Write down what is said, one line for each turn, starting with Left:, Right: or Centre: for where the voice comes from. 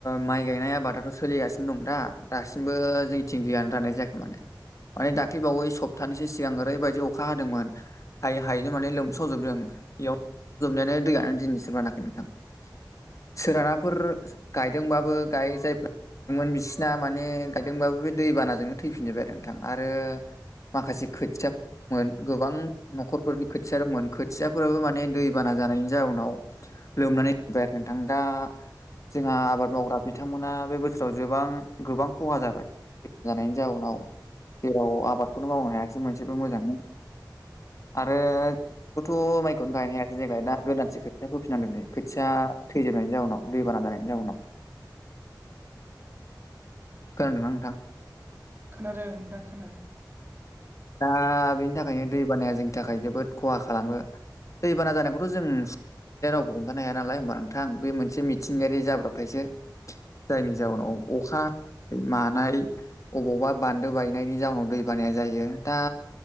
Left: माइ गायनाय आबादाथ' सोलिगासिन दं दा दासिमबो जोंनिथिं दैयानो राननाय जायाखै माने माने दाख्लौ बावै सप्तानैसो सिगां ओरैबायदि अखा हादोंमोन हायै हायैनो माने लोमसावजोबदों इयाव जोबनायानो दैयानो दिनैसिम रानाखै नोंथां सोरानाफोर गायदोंबाबो गाय जायफोर मोन बिसिना माने गायदोंबाबो बे दै बानाजोंनो थैफिनबाय आरो नोंथां आरो माखासे खोथिया मोन गोबां न'खरफोरनि खोथिया दंमोन खोथियाफोराबो माने दै बाना जानायनि जाउनाव लोमनानै <unintelligible> आरो नोंथां दा जोंहा आबाद मावग्रा बिथांमोना बे बोसोराव जोबां गोबां खहा जाबाय जानायनि जाउनाव जेराव आबादखौनो मावनो हायासै मोनसेबो मोजांयै आरो खुथ' माइखौनो गायनाया देग्गाय दा गोदानसो खोथिया फोफिन नांदों <unintelligible> खोथिया थैजोबनायनि जाउनाव दै बाना जानायनि जाउनाव
Right: <inaudible>
Left: खोनादोंना नोंथां?
Right: खोनादों नोंथां खोनादों।
Left: दा बेनि थाखायनो दै बानाया जोंनि थाखाय जोबोद खहा खालामो दैबाना जानायखौथ' जों दा रावबो हमथानो हाया नालाय होमबा नोंथां बे मोनसे मिथिंगायारि जाब्रबथायसो जायनि जउोनाव अखा ह मानाय अबावबा बान्दो बाय मोननायनि जाउनाव दै बानाया जायो दा